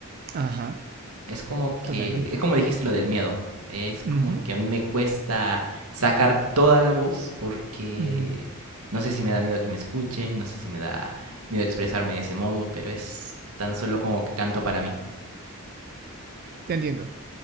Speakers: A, on the right; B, on the right.
A: Ajá,
B: Es como que,
A: totalmente.
B: es como dijiste lo del miedo. Es como
A: Ujú,
B: que a mí me cuesta sacar toda la voz porque
A: ujú.
B: no sé si me da miedo que me escuchen, no sé si me da miedo expresarme de ese modo, pero es tan solo como que canto para mí.
A: Te entiendo,